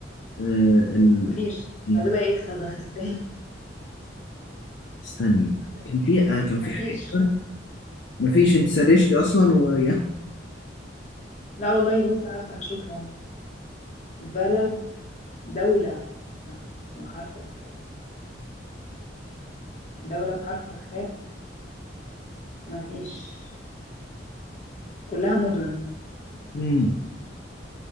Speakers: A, on the left; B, on the left.
A: آه ال...
B: مفيش بس
A: إيه،
B: هتبقى إيه خزخستان
A: استني
B: <laughs>
A: كان في آه كان في
B: مفيش
A: حاجة مفيش انت سرشتي اصلا و <laughs>
B: لا والله لسه هفتح أشوف أهو بلد دولة بحرف الخاء دولة بحرف الخاء مفيش كلها مدن
A: امم